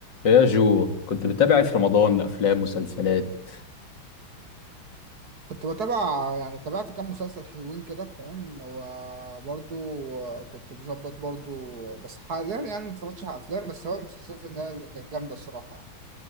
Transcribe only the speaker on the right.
كنت بتابع يعني تابعت كام مسلسل حلوين كده فاهم وبرضو كنت بظبط برضو بس حاليا يعني ما اتفرجتش على افلام بس هو المسلسلات اللي هي اللي كانت جامده الصراحه